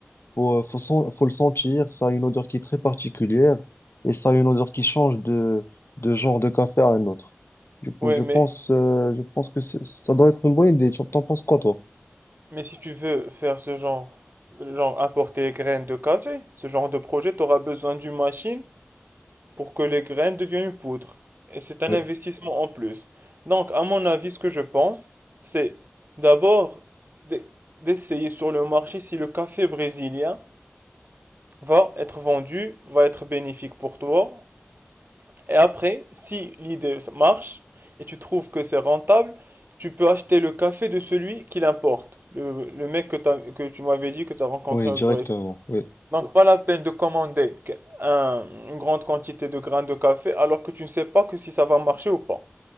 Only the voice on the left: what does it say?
faut, euh, faut, sen- faut le sentir, ça a une odeur qui est très particulière, et ça a une odeur qui change de, de genre de café à un autre. Du coup,
je
pense, euh, je pense que c'est- ça doit être une bonne idée. Tu- T'en penses quoi, toi?
Oui,
oui, directement.
Oui,